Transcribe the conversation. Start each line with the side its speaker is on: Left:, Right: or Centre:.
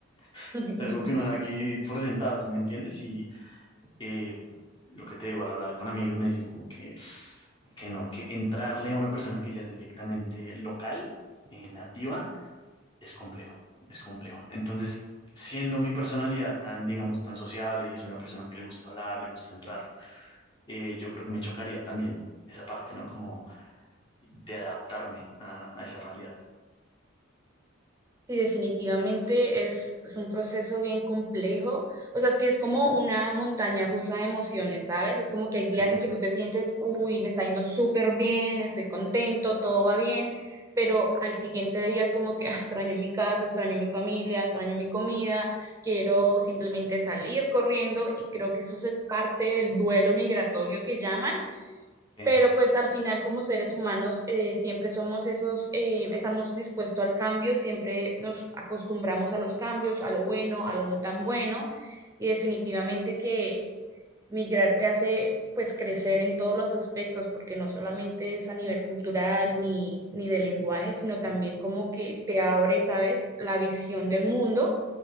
Left: que
Right: <laughs>
Left: es algo que uno da aquí por sentado, ¿sí me entiendes? Y eh, lo que te digo, al hablar con amigos me dicen como que, que no, que entrarle a una persona que ya es directamente local, eh, nativa, es complejo, es complejo. Entonces, siendo mi personalidad tan, digamos, tan sociable, yo soy una persona que le gusta hablar, le gusta entrar, eh, yo creo que me chocaría también esa parte, ¿no? Como de adaptarme a, a esa realidad.
Right: Sí, definitivamente es, es un proceso bien complejo. O sea, es que es como una montaña rusa de emociones, ¿sabes? Es como que hay días
Left: Sí,
Right: en que tú te sientes, uy, me está yendo súper bien, estoy contento, todo va bien, pero al siguiente día es como que <laughs> "Ah, extraño mi casa, extraño mi familia, extraño mi comida, quiero simplemente salir corriendo y creo que eso es parte del duelo migratorio que llaman
Left: sí.
Right: pero pues al final como seres humanos eh, siempre somos esos, eh, estamos dispuestos al cambio, siempre nos acostumbramos a los cambios, a lo bueno, a lo no tan bueno, y definitivamente que migrar te hace pues crecer en todos los aspectos, porque no solamente es a nivel cultural ni, ni de lenguaje, sino también como que te abre, ¿sabes?, la visión del mundo